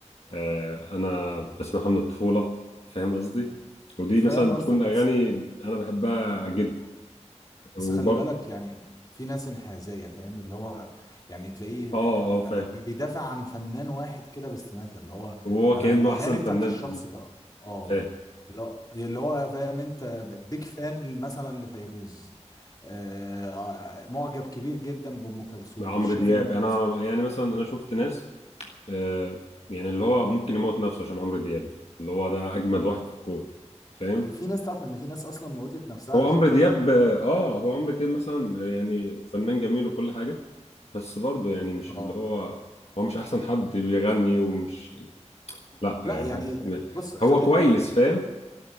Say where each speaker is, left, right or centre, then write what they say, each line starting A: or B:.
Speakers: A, on the left; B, on the left.
A: آه انا بسمعها من الطفوله فاهم قصدي ودي
B: فاهم
A: مثلا
B: قصدك
A: بتكون اغاني
B: بس
A: انا بحبها جدا
B: بس
A: وبرضو
B: خلي بالك يعني في ناس انحازية فاهم اللي هو يعني تلاقيه
A: اه اه
B: لا،
A: فاهم
B: بي- بيدافع عن فنان واحد كده باستماتة اللي هو
A: وهو
B: انا
A: كانه
B: الاغاني
A: احسن
B: بتاعت
A: فنان
B: الشخص
A: في ال-
B: ده اه
A: فاهم
B: اللي هو اللي هو فاهم انت بيك فان مثلا لفيروز آه آه، معجب كبير جدا بأم كلثوم
A: عمرو
B: شايف
A: دياب
B: ان ام
A: انا
B: كلثوم
A: يعني مثلا انا شفت ناس آه يعني اللي هو ممكن يموت نفسه عشان عمرو دياب اللي هو ده اجمد واحد في الكون فاهم
B: يعني في ناس تعرف ان في ناس اصلا موتت نفسها
A: هو
B: عشان
A: عمرو
B: خاطر
A: دياب
B: عبد الحليم
A: اه هو عمرو دياب مثلا يعني فنان جميل وكل حاجه بس برضه يعني مش
B: اه
A: اللي هو هو مش احسن حد بيغني ومش لا
B: لا
A: يعني
B: يعني بص خلي
A: هو كويس فاهم